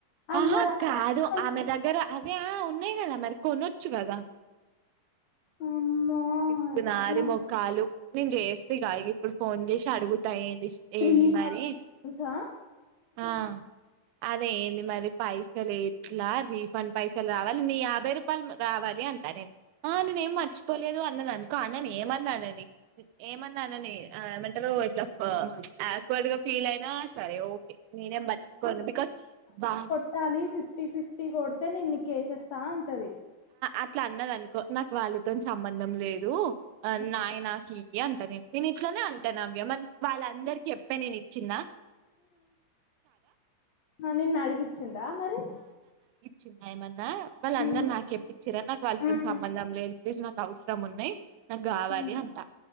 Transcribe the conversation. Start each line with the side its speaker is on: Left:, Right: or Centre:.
Left: అన్
Right: ఆహా
Left: మరి ఆమె
Right: కాదు
Left: పైసలతోని
Right: ఆమె దగ్గర అదే ఆ ఉన్నాయి కదా మరి కొనొచ్చు కదా
Left: అమ్మో
Right: పిస్సినారి
Left: ఎట్లా
Right: మొఖాలు నేను చేస్తే ఇగ ఇప్పుడు ఫోన్ చేసి అడుగుతా ఏ
Left: త్రీ
Right: ఏంటి మరి
Left: తెలుసా
Right: ఆ అదే ఏంది మా ది పైసలు ఎట్లా రిఫండ్ పైసలు రావాలి నీ యాభై రూపాయలు రావాలి అంటా నేను ఆ నేనేం మర్చిపోలేదు అన్నదన్ క అనని ఏమన్నానని ఏమన్నానని ఆ ఏమంటరు ఇట్ల ఆక్వార్డ్ గా ఫీల్ ఫీల్ అయినా సరే ఓకే నేనే పట్టిచుకోను బికాస్ బా
Left: ట్టాలి ఫిఫ్టీ ఫిఫ్టీ కొడితే నేన్న కేేసేస్తా అంటది
Right: అట్ల అన్నదనుకో నాకు వాళ్ళతోన్ సంబంధం లేదు అ
Left: ఉ
Right: నాయి నాకి అంటది నెన్ ఇట్లనే అన్ నవ్య మన్ వాళ్ళందరికి ఎప్పే నేను ఇచ్చిందా
Left: ఉ నిన్న అడిగిచ్చిందా మరి
Right: చిన్న ఏమన్నా వాళ్ళ అందరు
Left: ఉమ్
Right: నాకు చెప్పి ఇచ్చిరా నాకు వాళ్ళతోని
Left: ఉమ్
Right: సంబంధం లేదు అట్లీస్ నాకు అవసరం ఉన్నాయ్ నాకు కావాలి
Left: హ్మ్
Right: అంటా